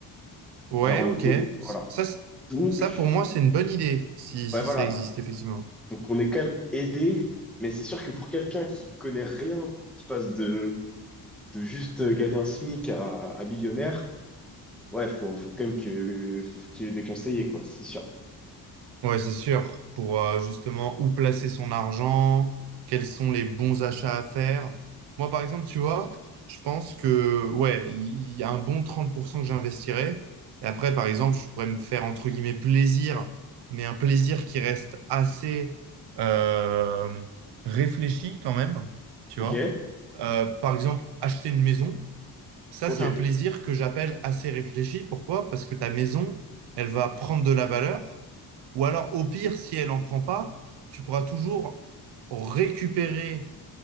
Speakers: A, on the right (about 80°); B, in the centre.
A: ouais,
B: Genre, on
A: ok.
B: était, voilà.
A: Ça, c'est-
B: Donc,
A: ça pour moi, c'est une bonne idée si, si
B: ouais, voilà.
A: ça existe effectivement.
B: Donc, on est quand même aidé, mais c'est sûr que pour quelqu'un qui connaît rien, qui passe de, de juste gagner un SMIC à, à millionnaire, Ouais, faut, faut quand même que, faut qu'il y ait des conseillers, quoi, c'est sûr.
A: Ouais, c'est sûr. Pour euh, justement où placer son argent, quels sont les bons achats à faire. Moi, par exemple, tu vois, je pense que, ouais, il il y a un bon 30% que j'investirais. Et après, par exemple, je pourrais me faire, entre guillemets, plaisir, mais un plaisir qui reste assez euh, réfléchi quand même, tu
B: Ok,
A: vois. Euh, par exemple, acheter une maison. Ça,
B: ok,
A: c'est un plaisir que j'appelle assez réfléchi. Pourquoi? Parce que ta maison, elle va prendre de la valeur. Ou alors, au pire, si elle n'en prend pas, tu pourras toujours récupérer